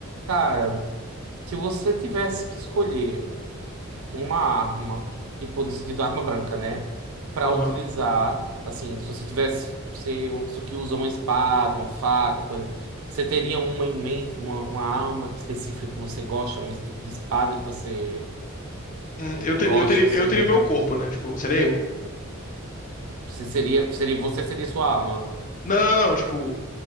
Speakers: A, on the right; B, on the left.
A: Cara, se você tivesse que escolher uma arma, tipo, no sentido arma branca, né? Pra
B: Aham.
A: utilizar, assim, se você tivesse ser uma pessoa que usa uma espada, uma faca, uma coisa, você teria uma em mente, uma, uma arma específica que você gosta, um tipo de espada que você
B: Hum,
A: eh,
B: eu teria,
A: gosta,
B: eu teria,
A: assim?
B: eu teria o meu corpo, né? Tipo, seria eu.
A: Você seria, seria, você seria sua arma?
B: Não, tipo,